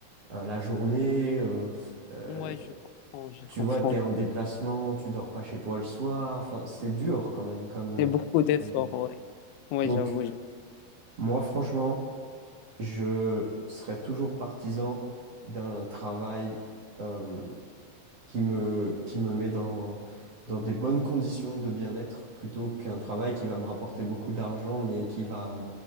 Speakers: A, on the right (about 50°); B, on the left (about 85°).
A: euh, la journée, euh, euh,
B: Moi, je comprends, je
A: tu
B: comprends.
A: vois, t'es en déplacement, tu dors pas chez toi le soir, enfin, c'est dur quand même comme, euh,
B: C'est beaucoup d'efforts,
A: comme vie.
B: ouais. Ouais,
A: Donc,
B: j'avoue.
A: moi, franchement, je serais toujours partisan d'un travail euh, qui me, qui me met dans, dans des bonnes conditions de bien-être plutôt qu'un travail qui va me rapporter beaucoup d'argent mais qui va